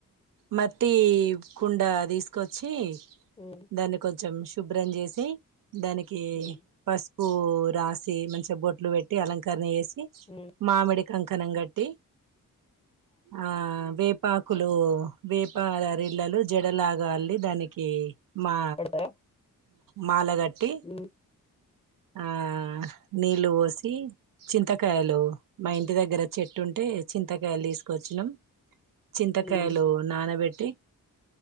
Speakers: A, on the right; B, on the left.
A: మట్టి కుండ తీసుకొచ్చి
B: ఉమ్
A: దాన్ని కొంచెం శుభ్రం చేసి దానికి
B: ఉమ్
A: పసుపు ఓ రాసి మంచిగా బాట్లు పెట్టి అలంకరనా చేసి
B: ఉమ్
A: మామిడి కంకణం గట్టి ఆ వేపా కులు వేపార రళ్లలు జడలాగాలి దానికి మా
B: పెడతారా
A: మాలగట్టి
B: ఉమ్
A: ఆ నీళ్లు పోసి చింతకాయలు మా ఇంటి దగ్గర చెట్టు ఉంటే చింతకాయలు తీసుకొచ్చినం చింతకాయలు
B: ఉమ్
A: నానబెట్టి